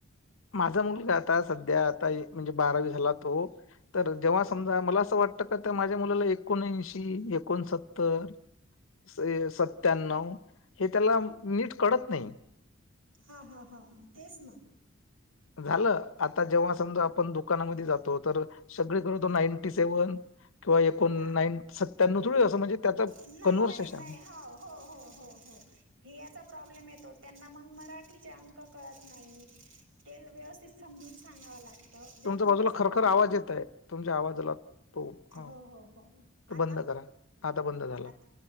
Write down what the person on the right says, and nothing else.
हा हा हा तेच ना.
हा
हा
नाही
नाही नाही हो हो हो हो हो हे याचा प्रॉब्लेम येतो त्यांना मग मराठीचे अंक कळत नाही. ते व्यवस्थित समजून सांगावं लागतं ज
मग
तसा
प्रॉब्लेम
मग
हो हो हो
आता
आता